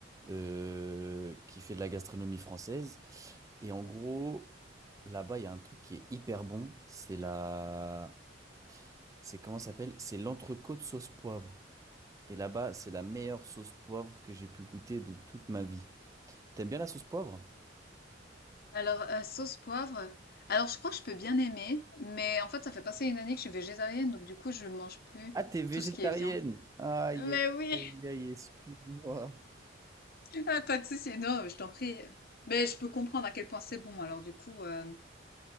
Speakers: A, on the right (about 20°); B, on the left (about 55°).
A: euh, qui fait de la gastronomie française. Et en gros, là-bas, il y a un truc qui est hyper bon. C'est la... C'est comment ça s'appelle? C'est l'entrecôte sauce poivre. Et là-bas, c'est la meilleure sauce poivre que j'ai pu goûter de toute ma vie. T'aimes bien la sauce poivre?
B: Alors, euh, sauce poivre. Alors, je crois que je peux bien aimer, mais en fait, ça fait passer une année que je suis végétarienne, donc du coup, je ne mange plus
A: Ah, t'es végétarienne.
B: tout ce qui est viande.
A: Aïe,
B: Mais
A: aïe,
B: oui,
A: aïe, aïe, excuse-moi.
B: <laughs> ah, pas de souci. Non, je t'en prie. Mais je peux comprendre à quel point c'est bon. Alors, du coup, euh,